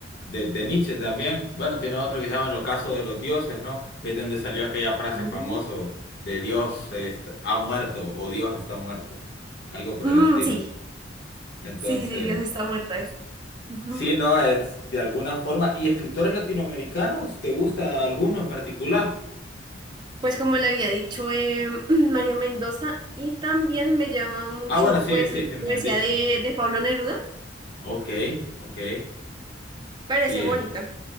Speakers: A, on the left (about 60°); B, on the right (about 25°).
A: de, de Nietzsche también. Bueno, tiene otro que se llama El ocaso de los dioses, ¿no? Que es de donde salió aquella frase
B: Mm,
A: famosa de Dios est- ha muerto o Dios está muerto, algo por
B: mm,
A: el estilo.
B: sí,
A: Entonces,
B: sí, sí, sí, Dios está muerto eso. Ujú.
A: sí, no, es de alguna forma. ¿Y escritores latinoamericanos? ¿Te gusta alguno en particular?
B: Pues como le había dicho em, <clears throat> Mario Mendoza, y también me llama mucho
A: Ah, bueno, sí,
B: pues
A: sí, sí, me
B: poesía
A: has dicho.
B: de, de Pablo Neruda.
A: Ok, ok,
B: Parece
A: sí,
B: bonita.
A: eh.